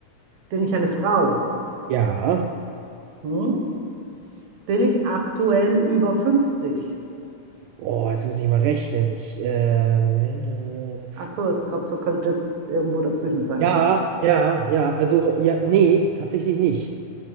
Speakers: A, on the right (about 65°); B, on the right (about 80°).
A: Bin ich eine Frau?
B: ja.
A: Hm? Bin ich aktuell über 50?
B: Oh, jetzt muss ich mal rechnen. Ich, äh, Moment. Äh,
A: Achso, das grad so könnte irgendwo dazwischen sein.
B: ja, ja, ja. Also, ja, nee, tatsächlich nicht.